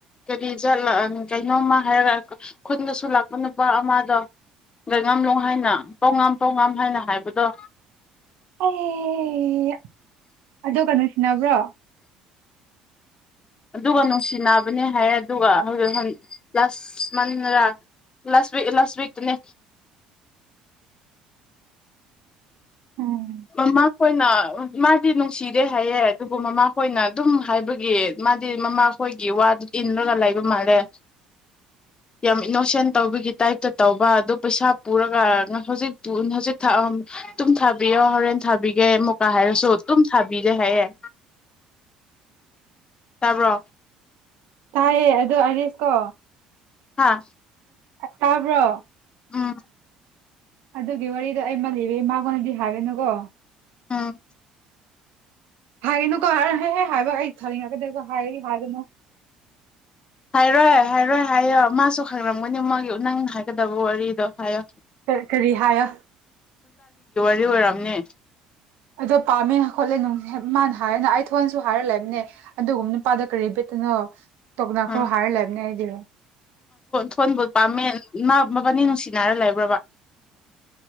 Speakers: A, on the left (about 30°); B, on the right (about 70°).
A: ꯀꯔꯤꯠꯂ ꯀꯩꯅꯣꯝꯃ ꯍꯥꯏꯔꯒ ꯈꯨꯟꯗꯁꯨ ꯂꯥꯛꯄ ꯅꯨꯄꯥ ꯑꯃꯗꯣ ꯉꯥꯝꯂꯣ ꯍꯥꯏꯅ ꯄꯥꯎ ꯉꯥꯝ ꯄꯥꯎ ꯉꯥꯝ ꯍꯥꯏꯅ ꯍꯥꯏꯕꯗꯣ
B: ꯑꯣ ꯑꯗꯨꯒ ꯅꯨꯡꯁꯤꯅꯕ꯭ꯔꯣ
A: ꯑꯗꯨꯒ ꯅꯨꯡꯁꯤꯅꯕꯅꯦ ꯍꯥꯏꯌꯦ ꯑꯗꯨꯒ ꯍꯧꯖꯤꯛ ꯂꯥꯁ ꯃꯟꯔ ꯂꯥꯁ ꯋꯤ ꯂꯥꯁ ꯋꯤꯛꯇꯅꯤ
B: ꯎꯝ
A: ꯃꯃꯥ ꯍꯣꯏꯅ ꯃꯥꯗꯤ ꯅꯨꯡꯁꯤꯔꯦ ꯍꯥꯏꯌꯦ ꯑꯗꯨꯕꯨ ꯃꯃꯥ ꯍꯣꯏꯅ ꯑꯗꯨꯝ ꯍꯥꯏꯕꯒꯤ ꯃꯥꯗꯤ ꯃꯃꯥꯈꯣꯏꯒꯤ ꯋꯥꯗꯨ ꯏꯟꯔꯒ ꯂꯩꯕ ꯃꯥꯜꯂꯦ ꯌꯥꯝ ꯏꯅꯣꯁꯦꯟ ꯇꯧꯕꯒꯤ ꯇꯥꯏꯞꯇ ꯇꯧꯕ ꯑꯗꯨ ꯄꯩꯁꯥ ꯄꯨꯔꯒ ꯍꯧꯖꯤꯛ ꯍꯧꯖꯤꯛ ꯑꯗꯨꯝ ꯊꯥꯕꯤꯌꯣ ꯍꯣꯔꯦꯟ ꯊꯥꯕꯤꯒꯦ ꯃꯨꯀꯥ ꯍꯥꯏꯔꯁꯨ ꯇꯨꯝ ꯊꯥꯕꯤꯔꯦ ꯍꯥꯏꯌꯦꯦ ꯇꯥꯕ꯭ꯔꯣ
B: ꯇꯥꯏꯌꯦ ꯑꯗꯣ ꯑꯔꯤꯁ ꯀꯣ
A: ꯍꯥꯥ
B: ꯇꯥꯕ꯭ꯔꯣ
A: ꯎꯝ
B: ꯑꯗꯨꯒꯤ ꯋꯥꯔꯤꯗꯣ ꯑꯩ ꯃꯜꯂꯤꯕꯤꯒꯦ ꯃꯥꯉꯣꯟꯅꯗꯤ ꯍꯥꯏꯒꯅꯨꯀꯣ
A: ꯑꯝ
B: ꯍꯥꯏꯔꯤꯅꯨꯀꯣ ꯍꯦꯍꯦ ꯍꯥꯏꯕ ꯑꯩ ꯊꯥꯅꯤꯡꯉꯛꯀꯗꯀꯣ ꯍꯥꯏꯔꯤ ꯍꯥꯏꯒꯅꯨ
A: ꯍꯥꯏꯔꯣꯏ ꯍꯥꯏꯔꯣꯏ ꯍꯥꯏꯌꯣ ꯃꯥꯁꯨ ꯈꯪꯔꯝꯒꯅꯤ ꯃꯣꯏꯒꯤ ꯅꯪ ꯍꯥꯏꯒꯗꯕ ꯋꯥꯔꯤꯗꯣ ꯍꯥꯏꯌꯣ
B: ꯀ ꯀꯔꯤꯍꯥꯏꯌꯥ
A: ꯑꯗꯨ ꯑꯣꯏꯔꯝꯅꯦ
B: ꯑꯗꯣ ꯄꯥꯝꯃꯦ ꯈꯣꯠꯂꯦ ꯅꯨꯡ ꯃꯥꯅ ꯍꯥꯏꯔꯅ ꯑꯩ ꯊꯣꯟꯅꯁꯨ ꯍꯥꯏꯔ ꯂꯩꯕꯅꯦ ꯑꯗꯨꯒꯨꯝꯕ ꯅꯨꯄꯥꯗ ꯀꯔꯤ ꯕꯦꯠꯇꯅꯣ ꯇꯣꯛꯅꯥꯈ꯭ꯔꯣ
A: ꯎꯝ
B: ꯍꯥꯏꯔ ꯂꯩꯕꯅꯦ ꯑꯩꯗꯤ
A: ꯊꯣꯟꯕꯨ ꯄꯥꯝꯃꯦ ꯏꯃꯥ ꯃꯕꯥꯅꯤ ꯅꯨꯡꯁꯤꯅꯔ ꯂꯩꯕ꯭ꯔꯕ